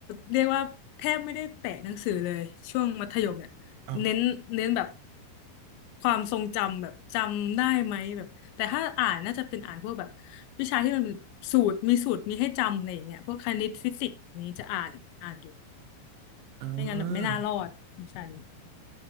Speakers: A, on the left; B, on the right.
A: เรียกว่าแทบไม่ได้แตะหนังสือเลยช่วงมัธยมเนี่ย
B: เอ้า
A: เน้นเน้นแบบความทรงจำแบบจำได้ไหมแบบแต่ถ้าอ่านน่าจะเป็นอ่านพวกแบบวิชาที่มันเป็นสูตรมีสูตรมีให้จำอะไรอย่างเงี้ยพวกคณิตฟิสิกส์อย่างนี้จะอ่านอ่านอยู่
B: อ๋อ
A: ไม่งั้นแบบไม่น่ารอดวิชานี้